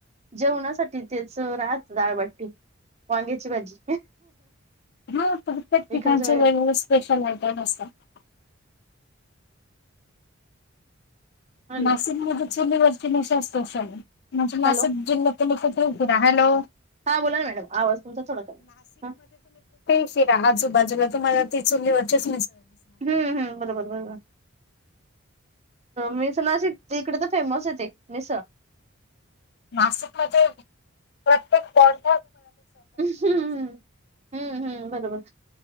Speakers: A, on the right; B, on the left.
A: जेवणासाठी तिथेच राहत ाळबाट्टी वांग्याची भाजी
B: हा प्रत्येक ठिकाणचे
A: इकडच्या
B: वेगवेगळे स्पेशल आयटम असतात
A: हॅलो
B: नाशिकमध्ये चलीवरती निशास्तोशाली म्हणजे नाशिक
A: हॅलो
B: जिल्ह्यात खूप हॅलो
A: हा बोला ना मॅडम आवाज तुमचा थोडा करा हा
B: शिरा आजूबाजूला तुम्हाला ती चुली ववरचेच
A: हम्म हम्म बरोबर बरोबर मी नाशिकची त्यामुळेच फेमस आहे इकडे मिसळ
B: नाशिक मध्ये प्रत्येक पॉंट
A: हम्म हम्म हम्म हम्म हम्म बरोबर